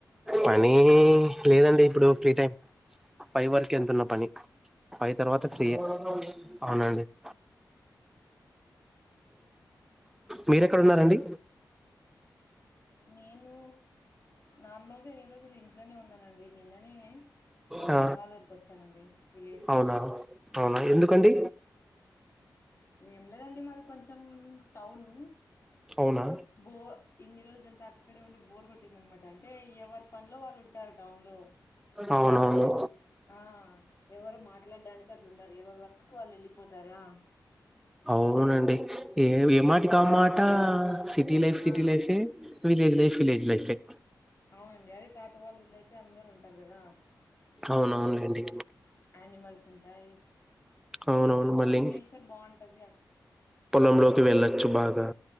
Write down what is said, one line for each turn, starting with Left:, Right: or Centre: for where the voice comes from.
Centre: పని లేదండి ఇప్పుడు ఫ్రీ టైం ఫైవ్ వరకు ఎంతున్న
Left: అవునా
Centre: పని ఫైవ్ తర్వాత
Left: అవునా
Centre: ఫ్రీయే అవునండి <inaudible> మీరెక్కడ ఉన్నారండి
Left: నేను నార్మల్గా ఈ రోజు ఇంట్లోనే ఉన్నానండి నిన్ననే మా
Centre: ఆ
Left: తాత వాళ్ళ ఊరికొచ్చానండి విలేజ్
Centre: అవునా
Left: కి
Centre: అవునా ఎందుకండి
Left: ఏం లేదండి మాది కొంచెం టౌన్
Centre: అవునా
Left: బో ఇన్ని రోజులంతా అక్కడే ఉండి బోర్ గొట్టింది అన్నమాట అంటే ఎవర్ పనిలో వాళ్ళు ఉంటారు టౌన్ లో
Centre: అవునవును
Left: ఆ ఎవరు మాట్లాడడానికి అట్ల ఉండరు ఎవరి వర్కుకు వాళ్ళు వెళ్ళిపోతార ఆ
Centre: అవునండి ఏ ఏమాటి
Left: ఇక్కడైతే
Centre: కామాట సిటీ లైఫ్
Left: ఆ
Centre: సిటీ లైఫే విలేజ్ లైఫ్ విలేజ్ లైఫ్ ఏ
Left: అవునండి అదే తాతవాళ్ళు ఊర్లో అయితే అందరు ఉంటారు గదా
Centre: అవునవునులేండి
Left: అనిమల్స్ ఉంటాయి
Centre: అవునవును
Left: చే బాగు
Centre: మళ్ళీ
Left: నేచర్ బాగుంటది అ
Centre: పొలంలోకి వెళ్ళొచ్చు బాగా